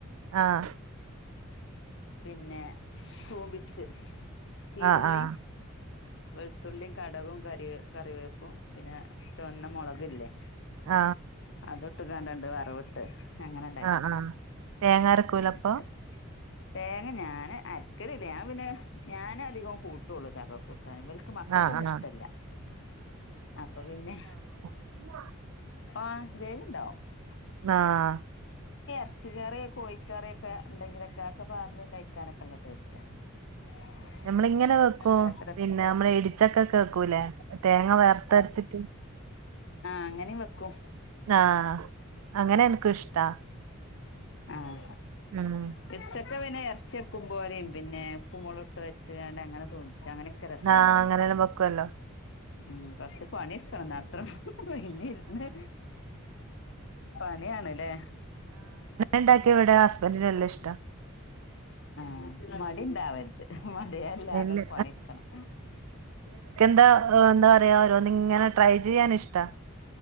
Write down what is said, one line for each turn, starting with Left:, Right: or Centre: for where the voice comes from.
Right: ആഹ്
Left: പിന്നെ തൂമ്പിച്ച് ചീരുള്ളി
Right: ആ, ആ.
Left: വെളുത്തുള്ളിയും കടുവും കറി കറിവേപ്പും പിന്നെ ചുവന്ന മുളകില്ലേ?
Right: ആ.
Left: അത് ഇട്ട് കണ്ടണ്ട് വറവിട്ട്. അങ്ങനെണ്ടായി
Right: ആ, ആ. തേങ്ങ അരക്കൂല
Left: ആഹ്
Right: അപ്പൊ?
Left: തേങ്ങ ഞാൻ അരക്കലില്ല ഞാൻ പിന്നെ ഞാൻ അധികം കൂട്ടുള്ളു ചക്കക്കൂട്ട ക്ക് മക്കൾക്കൊന്നും
Right: ആ,
Left: ഇഷ്ടല്ല
Right: ആ.
Left: അപ്പൊ പിന്നെ
Right: ങ്ങ
Left: <unintelligible>
Right: ആഹ്
Left: പച്ച കറിയ കോഴിക്കറിയൊക്കെ ഉണ്ടെങ്കിലൊക്കെ ഒക്കെ പാർന്ന് കഴിക്കാനൊക്കെ നല്ല ടേസ്റ്റ്. <unintelligible>
Right: നമ്മള ഇങ്ങനെ വെക്കുവ
Left: അതൊക്കെ രസം
Right: പിന്നെ നമ്മള ഇടിച്ചക്ക ഒക്കെ വെക്കൂല്ലേ തേങ്ങ വർത്തെരച്ചിട്ട്.
Left: ആഹ അങ്ങനെ വെക്കൂം
Right: ആ. അങ്ങനെ എനിക്കും ഇഷ്ടാ.
Left: ആഹ
Right: ഉം.
Left: ഇസ ഒക്കെ പിന്നെ ഇറച്ചി വക്കും പോലെയും പിന്നെ ഉപ്പും മുളകും ഇട്ട് വെച്ച് വണ്ട് അങ്ങനെ തോന്നും പക്ഷെ അങ്ങനെയൊക്കെ രസാണല്ലോ
Right: ആ അങ്ങനെല്ലാം വെക്കുവല്ലോ.
Left: ഉം പക്ഷേ പണിയെടുക്കണം അത്ര പിന്ന ഇരുന്ന് പണിയാണല്ലേ
Right: ഉണ്ടാക്കി ഇവിടെ ഹസ്ബൻഡന് എല്ലാം ഇഷ്ടം.
Left: ആ ആ മടി ഉണ്ടാവരുത്. മടിയല്ലാതെ
Right: നെല്ല്.
Left: പണിയെടുക്കണം.
Right: എന്താ എന്താ പറയാ ഓരോന്ന് ഇങ്ങനെ ട്രൈ ചെയ്യാൻ ഇഷ്ടാ.